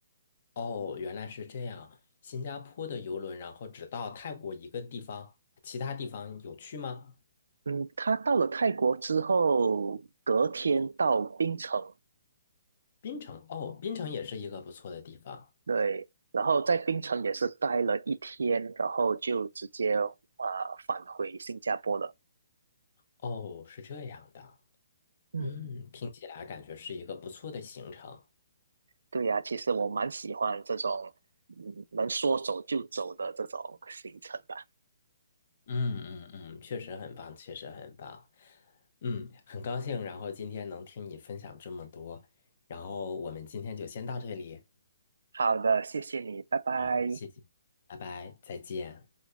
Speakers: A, on the left; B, on the right.
A: 哦，原来是这样。新加坡的游轮，然后只到泰国一个地方，其他地方有去吗？
B: 嗯，他到了泰国之后，隔天到槟城
A: 槟城哦，槟城也是一个不错的地方。
B: 对，然后在槟城也是待了一天，然后就直接啊、呃返回新加坡了。
A: 哦，是这样的。
B: 嗯，
A: 嗯，听起来感觉是一个不错的行程。
B: 对呀、其实我蛮喜欢这种嗯能说走就走的这种行程吧。
A: 嗯嗯嗯，确实很棒，确实很棒。嗯，很高兴，然后今天能听你分享这么多，然后我们今天就先到这里。
B: 好的，谢谢你，拜拜。
A: 好，谢谢，拜拜，再见。